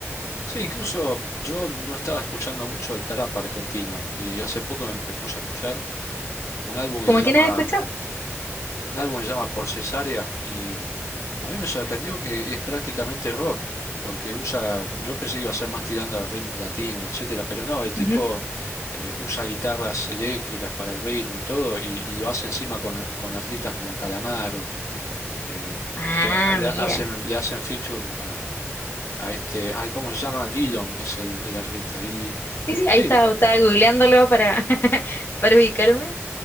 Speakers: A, on the left (about 80°); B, on the left (about 50°).
A: Sí, incluso yo no estaba escuchando mucho el trap argentino y hace poco me, me puse a escuchar un álbum
B: Como
A: que se llama,
B: quienes han escuchado.
A: un álbum que se llama Por Cesárea y A mí me sorprendió que es prácticamente rock, porque usa, yo pensé que iba a ser más tirando a ritmos latinos, etcétera, pero no, el tipo
B: Ujú.
A: eh, usa guitarras eléctricas para el ritmo y todo, y, y lo hace encima con, con artistas como Calamaro, eh,
B: Ah,
A: que a- le
B: mira.
A: hacen, le hacen feature a, a este, ay, ¿cómo se llama? Dillom es el, el artista. Y
B: Sí, sí,
A: sí,
B: ahí estaba, estaba googleándolo para, <laughs> para ubicarme.